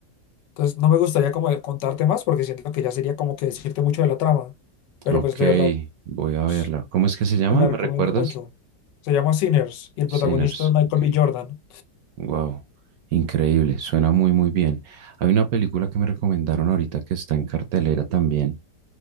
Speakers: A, on the left (about 85°); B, on the right (about 70°).
A: Entonces no me gustaría como de contarte más porque siento que ya sería como que decirte mucho de la trama. Pero
B: Ok,
A: pues de verdad,
B: voy a
A: pues,
B: verla. ¿Cómo es que se llama?
A: te la
B: ¿Me
A: recomiendo
B: recuerdas?
A: mucho. Se llama Sinners y el
B: Sinners.
A: protagonista es Michael
B: Ok.
A: B. Jordan.
B: Wow, increíble, suena muy muy bien. Hay una película que me recomendaron ahorita que está en cartelera también,